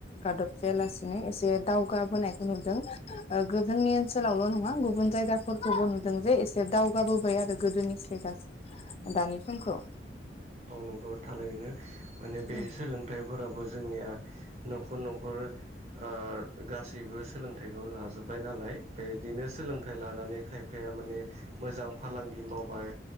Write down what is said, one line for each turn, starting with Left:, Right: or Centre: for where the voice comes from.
Left: गादब जायालासिनो एसे दावगाबोनायखौ नुदों ओ जोंनि ओनसोलावल' नङा गुबुन जायगा फोरखौबो नुदों जे एसे दावगाबोबाय आरो गोदोनिसाय गासै दानि समखौ
Right: औ नंगौ थारैनो माने बे
Left: औ
Right: सोलोंथाइफोराबो जोंनिया न'खर न'खर ओ गासैबो सोलोंथाइखौनो लाजोब्बाय नालाय। बेदिनो सोलोंथाइ लानानै खाय फाया माने मोजां फालांगि मावबाय